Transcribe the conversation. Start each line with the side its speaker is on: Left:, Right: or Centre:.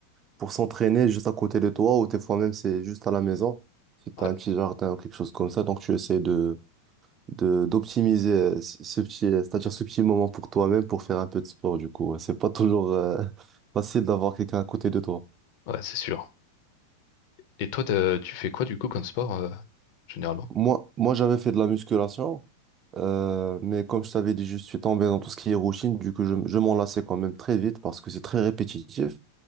Right: pour s'entraîner juste à côté de toi, ou des fois même c'est juste à la maison, si t'as
Left: ouais,
Right: un petit jardin ou quelque chose comme ça, donc tu essaies de, de, d'optimiser euh, ce ce petit, euh, c'est-à-dire ce petit moment pour toi-même pour faire un peu de sport, du coup. Ouais. C'est pas toujours euh, <laughs> facile d'avoir quelqu'un à côté de toi.
Left: ouais, c'est sûr. Et toi, t'as- tu fais quoi du coup comme sport, euh, généralement?
Right: Moi, moi j'avais fait de la musculation, euh, mais comme je t'avais dit, je suis tombé dans tout ce qui est routine, du coup, je, je m'en lassais quand même très vite parce que c'est très répétitif.